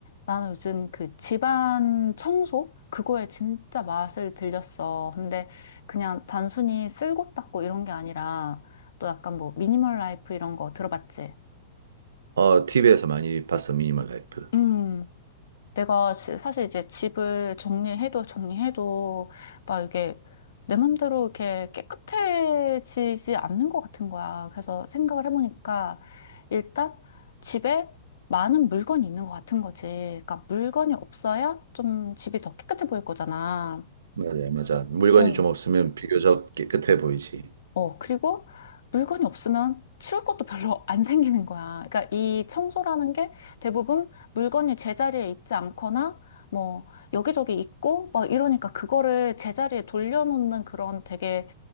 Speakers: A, on the left; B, on the right.
A: 나는 요즘 그 집안 청소? 그거에 진짜 맛을 들렸어. 근데 그냥 단순히 쓸고 닦고 이런 게 아니라, 또 약간 뭐 미니멀 라이프 이런 거 들어봤지?
B: 어, TV에서 많이 봤어, 미니멀 라이프.
A: 음. 내가 시- 사실 이제 집을 정리해도 정리해도 막 이게 내 맘대로 이렇게 깨끗해지지 않는 것 같은 거야. 그래서 생각을 해보니까 일단 집에 많은 물건이 있는 것 같은 거지. 그러니까 물건이 없어야 좀 집이 더 깨끗해 보일 거잖아.
B: 맞아, 맞아. 물건이
A: 어.
B: 좀 없으면 비교적 깨끗해 보이지.
A: 어, 그리고 물건이 없으면 치울 것도 별로 안 생기는 거야. 그러니까 이 청소라는 게 대부분 물건이 제자리에 있지 않거나 뭐 여기저기 있고 막 이러니까 그거를 제자리에 돌려놓는 그런 되게